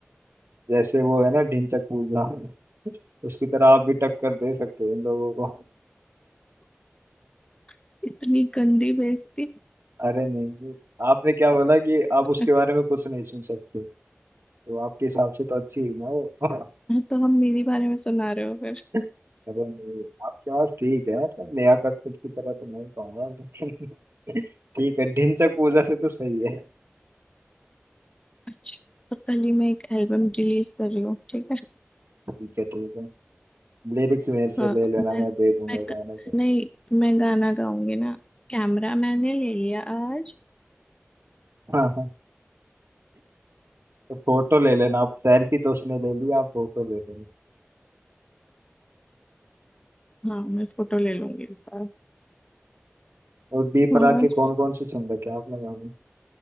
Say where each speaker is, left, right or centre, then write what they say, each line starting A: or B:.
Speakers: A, on the right; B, on the left.
A: जैसे वो है ना ढिंचक पूजा उसकी तरह आप भी टक्कर दे सकते हो इन लोगों को
B: <laughs> इतनी गंदी बेइज्जती
A: अरे नहीं नहीं, आपने क्या बोला कि आप
B: <laughs>
A: उसके
B: हाँ,
A: बारे में कुछ नहीं सुन सकते तो आपके हिसाब से तो अच्छी हुई ना वो
B: तो हम मेरी बारे में सुना रहे हो फिर
A: मतलब नहीं, आपकी आवाज ठीक है मतलब नेहा कक्कड़ की तरह तो नहीं कहूंगा लेकिन ठीक है ढिंचक पूजा से तो सही है
B: अच्छा तो कल ही मैं एक एल्बम रिलीज कर रही हूँ ठीक है
A: ठीक है ठीक है लिरिक्स मेरे से
B: हाँ
A: ले लेना
B: मैं मैं
A: मैं दे दूंगा
B: ग-
A: गाने पे
B: नहीं मैं गाना गाऊंगी ना कैमरा मैंने ले लिया आज
A: हाँ हाँ तो फोटो ले लेना आप सेल्फी तो उसने ले ली आप फोटो ले लेना
B: हाँ मैं फोटो ले लूंगी इस बार
A: और डी
B: और
A: प्राक के कौन कौन से सुन रखे हैं आपने गाने